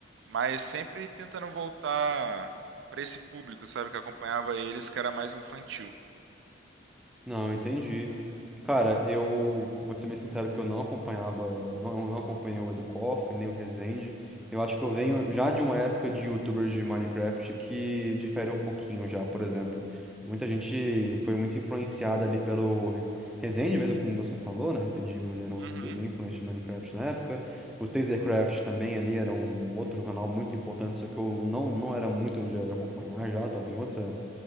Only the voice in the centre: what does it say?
Não, entendi. Cara, eu vou te ser bem sincero que eu não acompanhava, não, eu não acompanhei o Educoff, nem o Resende. Eu acho que eu venho já de uma época de YouTubers de Minecraft que difere um pouquinho já, por exemplo. Muita gente foi muito influenciada ali pelo Re- Resende mesmo, como você falou, né? Resident Evil ele era um
youtuber bem influente de Minecraft na época. O Tasercraft também ali era um outro canal muito importante, só que eu não, não era muito de de acompanhar já, tava em outra